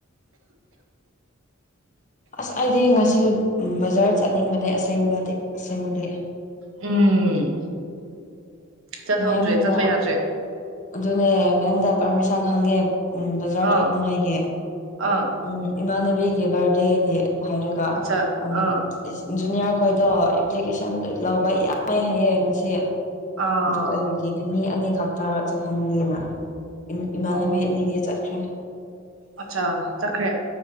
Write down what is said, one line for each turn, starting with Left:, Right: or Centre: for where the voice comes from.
Left: ꯑꯁ ꯑꯩꯗꯤ ꯉꯁꯤ ꯕꯖꯥꯔ ꯆꯠꯅꯤꯡꯕꯅꯦ ꯑꯁꯦꯡꯕꯗꯤ ꯑꯁꯦꯡꯕꯗꯤ
Right: ꯎꯝ ꯆꯠꯍꯧꯗ꯭ꯔꯦ
Left: ꯃꯦꯝꯗ
Right: ꯆꯠꯄ ꯌꯥꯗ꯭ꯔꯦ
Left: ꯑꯗꯨꯅꯦ ꯃꯦꯝꯗ ꯄꯥꯔꯃꯤꯁꯟ ꯍꯪꯉꯦ ꯕꯖꯥꯔ
Right: ꯑꯥ
Left: ꯊꯣꯛꯅꯤꯉꯥꯏꯒꯤ
Right: ꯑꯥ
Left: ꯎꯝ ꯏꯃꯥꯟꯅꯕꯤꯒꯤ ꯕꯥꯔꯗꯦꯒꯤ ꯍꯥꯏꯔꯒ
Right: ꯑꯠꯆꯥ
Left: ꯑꯃꯨ
Right: ꯑꯥ
Left: ꯖꯨꯅꯤꯌꯥꯔ ꯈꯣꯏꯗꯣ ꯑꯦꯄ꯭ꯂꯤꯀꯦꯁꯟ ꯂꯧꯕ ꯌꯥꯏ ꯍꯥꯏꯌꯦ ꯉꯁꯤ
Right: ꯑꯥ
Left: ꯑꯗꯨ ꯑꯩ ꯒꯤꯗꯤ ꯃꯤ ꯑꯅꯤ ꯈꯛꯇ ꯆꯠꯍꯟꯒꯦꯅ ꯏꯃꯥꯟꯅꯕꯤ
Right: ꯑꯣ
Left: ꯑꯅꯤꯗꯤ ꯆꯠꯈ꯭ꯔꯦ
Right: ꯑꯠꯆꯥ ꯆꯠꯈ꯭ꯔꯦ